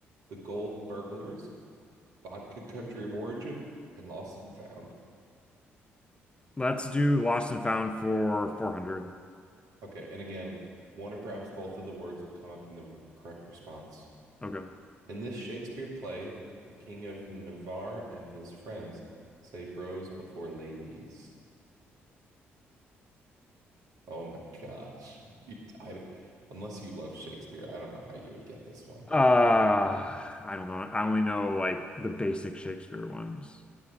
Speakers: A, on the right (about 65°); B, on the left (about 15°).
A: the gold burglars, vodka country of origin, and lost and found.
B: Let's do lost and found for 400.
A: Okay, and again, one or perhaps both of the words will come up in the r- correct response.
B: Okay.
A: In this Shakespeare play, the King of Navarre and his friends say bros before ladies. Oh my gosh. <laughs> You- I- unless you love Shakespeare, I don't know how you would get this one
B: Uh, I don't know. I only know like the basic Shakespeare ones.